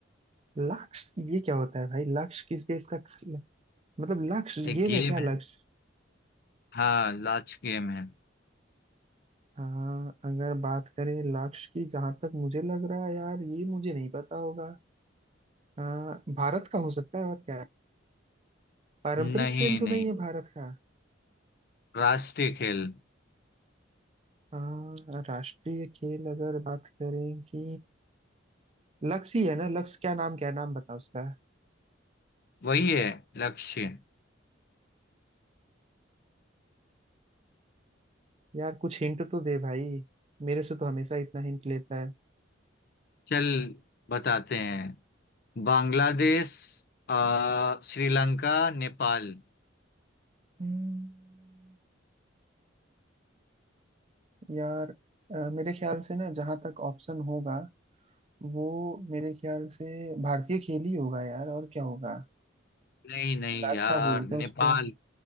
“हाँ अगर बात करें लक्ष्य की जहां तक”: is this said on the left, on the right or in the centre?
Right